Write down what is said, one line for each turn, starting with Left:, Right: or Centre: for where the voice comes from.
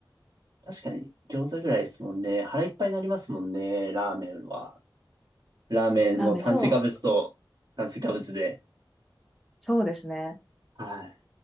Right: 確かに餃子ぐらいですもんね。腹いっぱいになりますもんね、ラーメンは。ラーメンも炭水化物と炭水化物で。
Centre: ラーメン、そう、そうですね。
Right: はい。